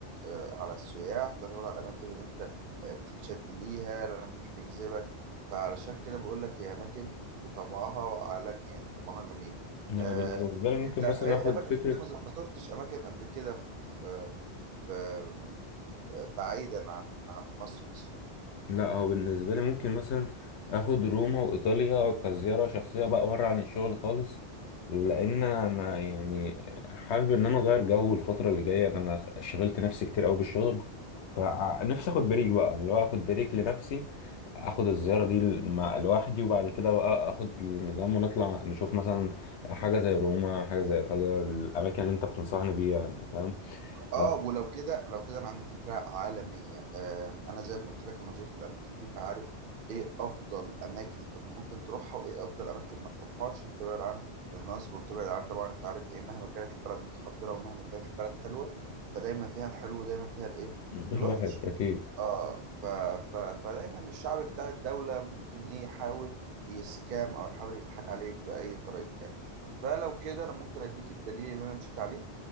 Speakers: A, on the right; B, on the left.
A: آه، على السياح بتعتمد على الاماكن اللي انت آه، بتتشد ليها الاماكن اللي تجذبك فعلشان كده بقول لك هي اماكن بطبعها عالمي يعني طبعها جميل
B: انا
A: آه،
B: بالنسبه لي ممكن
A: انت ايه
B: مثلا اخد
A: إيه اماكن
B: فكره
A: انت ما زرتش اماكن قبل كده في في في بعيدا عن عن مصر بس
B: لا هو بالنسبة لي ممكن مثلا اخد روما وايطاليا كزيارة شخصية بقى بره عن الشغل خالص لان انا يعني حابب ان انا اغير جو الفترة اللي جاية انا شغلت نفسي كتير قوي بالشغل فنفسي اخد بريك بقى اللي هو اخد بريك لنفسي اخد الزيارة دي مع لوحدي وبعد كده بقى اخد المدام ونطلع نشوف مثلا حاجة زي روما حاجة زي ايطاليا الاماكن اللي انت بتنصحني بيها انت فاهم
A: اه
B: ده
A: ولو كده لو كده انا عندي فكره عالميه آم، انا زي ما قلت لك انا زرت الاماكن دي فعارف ايه افضل اماكن انت ممكن تروحها وايه افضل اماكن ما تروحهاش عشان تبعد عن النصب وتبعد عن طبعا انت عارف ايه مهما كانت البلد متحضره ومهما كانت البلد حلوه فدايما فيها الحلو ودايما فيها الايه
B: <laughs> الواحد
A: الوحش
B: اكيد
A: اه ف... ف... فدايما الشعب بتاع الدولة ممكن ايه يحاول يسكام او يحاول يضحك عليك بأي طريقة كان فلو كده انا ممكن اديك الدليل اللي انا مشيت عليه